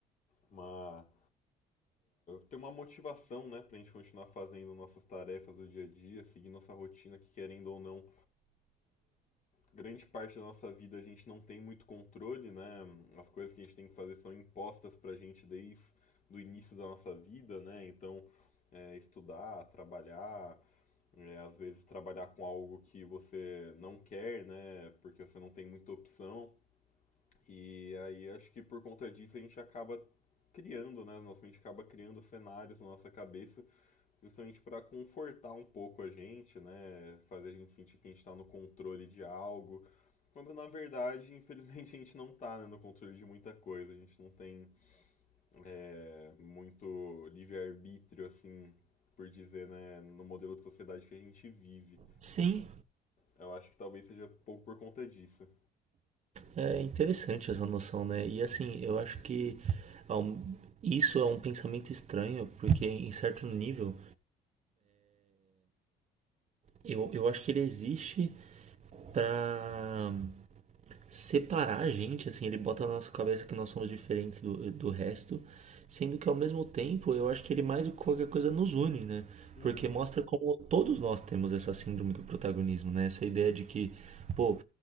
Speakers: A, on the left (about 45°); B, on the right (about 45°).
A: uma... ter uma motivação, né, pra gente continuar fazendo nossas tarefas do dia a dia, seguir nossa rotina, que querendo ou não, grande parte da nossa vida a gente não tem muito controle, né? As coisas que a gente tem que fazer são impostas pra gente desde do início da nossa vida, né? Então, é, estudar, trabalhar, É, às vezes trabalhar com algo que você não quer, né? Porque você não tem muita opção. E aí acho que por conta disso a gente acaba criando, né? Nossa mente acaba criando cenários na nossa cabeça, justamente para confortar um pouco a gente, né? Fazer a gente sentir que a gente está no controle de algo, quando na verdade, <laughs> infelizmente, a gente não tá, né, no controle de muita coisa, a gente não tem é, muito livre-arbítrio, assim, por dizer, né, no modelo de sociedade que a gente vive.
B: Sim,
A: Eu acho que talvez seja pouco por conta disso.
B: é interessante essa noção, né? E assim, eu acho que ao- isso é um pensamento estranho, porque em certo nível eu, eu acho que ele existe para separar a gente, assim, ele bota na nossa cabeça que nós somos diferentes do, do resto, sendo que ao mesmo tempo eu acho que ele mais do que qualquer coisa nos une, né?
A: Uhum.
B: Porque mostra como todos nós temos essa síndrome do protagonismo, né? Essa ideia de que, pô,